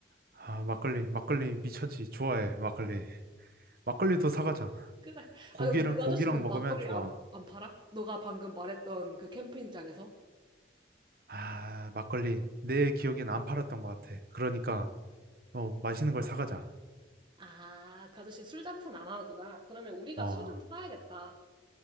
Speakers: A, on the right (about 55°); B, on the right (about 25°).
A: 아, 막걸리, 막걸리 미쳤지. 좋아해, 막걸리. 막걸리도 사가자.
B: 그래.
A: 고기랑,
B: 아, 근데 그
A: 고기랑
B: 아저씨는
A: 먹으면
B: 막걸리
A: 좋아.
B: 안, 안 팔아? 너가 방금 말했던 그 캠핑장에서?
A: 아, 막걸리. 내 기억엔 안 팔았던 것 같아. 그러니까, 어, 맛있는 걸 사가자.
B: 아, 그 아저씨 술 장사는 안 하구나. 그러면 우리가
A: 어,
B: 술 좀 사야겠다.